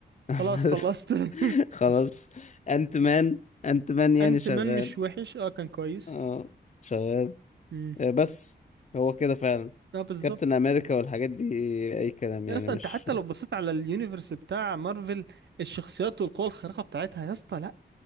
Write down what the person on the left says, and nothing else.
<laughs>
خلاص انت مان انت مان يعني
شغال
اه شغال
آه، بس هو كده فعلا
كابتن امريكا والحاجات دي اي كلام
يعني
مش